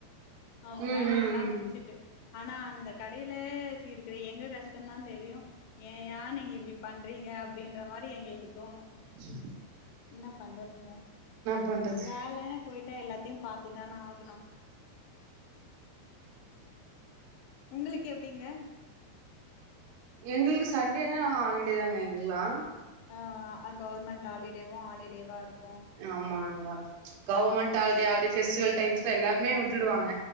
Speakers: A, on the left (about 80°); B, on the right (about 70°).
A: அவுங்க
B: ம்
A: வேலய
B: ம்
A: எல்லா
B: ம்
A: முடிச்சுட்டு ஆனா அந்த கடையிலே சீ இருக்கற எங்க கஷ்டோ தா தெரியு ஏய்யா நீங்க இப்டி பண்றீங்க அப்டின்ற மாரி எங்களுக்கு தோணு
B: சில்
A: ன்ன பண்றதுங்க
B: பண்றது
A: வேலைன்னு போயிட்டா எல்லாத்தையு பாத்துதானே ஆகணு உங்களுக்கு எப்டிங்க
B: எங்ளுக்கு சண்டேனா ஹாலிடே தாங்க எங்ளுல்லா
A: ம் ஆ கவுவர்மெண்ட் ஹாலிடேவும் ஹாலிடேவா இருக்
B: ஆமாங்க கவுர்மெண்ட் ஹால்டே ஹால்டே ஃபெஸ்டிவல் டைம்ஸ்ல எல்லாமே
A: ம்
B: விட்டுடுவாங்க